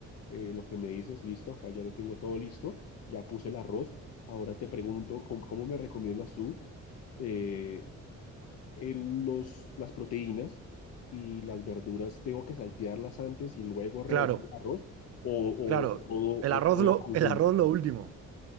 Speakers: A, on the left; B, on the right.
A: eh, lo que me dices, listo, acá ya lo tengo todo listo, ya puse el arroz. Ahora te pregunto, ¿cómo, cómo me recomiendas tú? eh, el- los, las proteínas y las verduras tengo que saltearlas antes y luego revolver
B: Claro,
A: el arroz o,
B: claro.
A: o todo,
B: El
A: o
B: arroz
A: todo
B: lo,
A: conjunto.
B: el arroz lo último.